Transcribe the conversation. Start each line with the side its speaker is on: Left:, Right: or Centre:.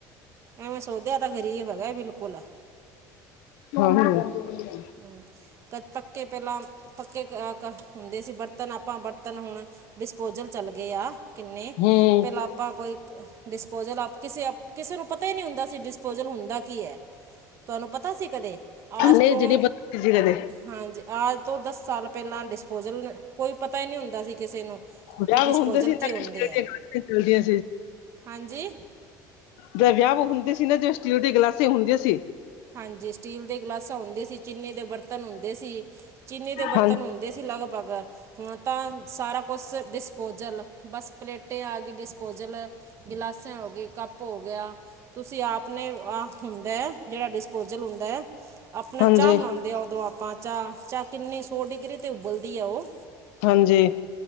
Right: ਈਵੇਂ ਸੋਚ ਦੇ ਆ ਤਾਂ ਗਰੀਬ ਹੈਗਾ ਬਿਲਕੁਲ। ਤੇ
Left: ਹਾਂਜੀ
Right: ਲੈ, ਹੂੰ ਪਰ ਪਕ ਪੱਕੇ ਪਹਿਲਾਂ ਪੱਕੇ ਘਰ ਹੁੰਦੇ ਸੀ ਬਰਤਨ ਆਪਾਂ ਬਰਤਨ ਹੁਣ ਡਿਸਪੋਜਲ ਚੱਲ ਗਏ ਆ ਕਿੰਨੇ,
Left: ਹੂੰ
Right: ਪਹਿਲਾਂ ਆਪਾਂ ਕੋਈ, ਡਿਸਪੋਜਲ ਆਪ ਕਿਸੇ ਅਪ ਕਿਸੇ ਨੂੰ ਪਤਾ ਹੀ ਨਹੀਂ ਹੁੰਦਾ ਸੀ ਡਿਸਪੋਜਲ ਹੁੰਦਾ ਕੀ ਐ। ਤੁਹਾਨੂੰ ਪਤਾ ਸੀ ਕਦੇ, ਆਜ
Left: ਨਹੀਂ
Right: ਤੋਂ
Left: ਜੀ ਨਹੀਂ ਪਤਾ ਜੀ ਕਦੇ
Right: ਹਾਂਜੀ ਆਜ ਤੋਂ ਦਸ ਸਾਲ ਪਹਿਲਾਂ ਡਿਸਪੋਜਲ ਕੋਈ ਪਤਾ ਹੀ ਨਹੀਂ ਹੁੰਦਾ ਸੀ ਕਿਸੇ ਨੂੰ
Left: ਵਿਆਹ
Right: ਵੀ ਡਿਸਪੋਜਲ
Left: ਹੁੰਦੇ ਸੀ ਨਾ
Right: ਕੀ ਹੁੰਦੇ
Left: ਸਟੀਲ
Right: ਐ।
Left: ਦੀਆਂ ਗਲਾਸਾਂ ਚਲਦੀਆਂ
Right: ਹਾਂਜੀ।
Left: ਜਦ ਵਿਆਹ-ਵੁਹ ਹੁੰਦੇ ਸੀ ਨਾ ਜੀ ਸਟੀਲ ਦੀ ਗਲਾਸੀ ਹੁੰਦੀਆਂ ਸੀ
Right: ਹਾਂਜੀ ਸਟੀਲ ਦੇ ਗਿਲਾਸਾਂ ਹੁੰਦੇ ਸੀ ਚੀਨੀ ਦੇ ਬਰਤਨ ਹੁੰਦੇ ਸੀ, ਚੀਨੀ ਦੇ ਬਰਤਨ
Left: ਹਾਂ
Right: ਹੁਣ ਦੇ ਸੀ ਲਗਭਗ, ਹੁਣ ਤਾਂ ਸਾਰਾ ਕੁਛ ਡਿਸਪੋਜਲ ਬਸ ਪਲੇਟ ਟੇ ਆਗੀ ਡਿਸਪੋਜ਼ਲ, ਗਿਲਾਸ ਹੋਗੀ, ਕੱਪ ਹੋ ਗਿਆ ਤੁਸੀਂ ਆਪ ਨੇ ਆਹ ਹੁੰਦਾ ਐ ਜਿਹੜਾ ਡਿਸਪੋਜਲ ਹੁੰਦਾ ਐ, ਆਪਣਾ
Left: ਹਾਂਜੀ
Right: ਚਾਹ ਬਣਾਉਂਦੇ ਆ ਉਦੋਂ ਆਪਾਂ ਚਾਹ -ਚਾਹ ਕਿੰਨੀ ਸੌ ਡਿਗਰੀ ਤੇ ਉਬਲਦੀ ਐ ਉ
Left: ਹਾਂਜੀ।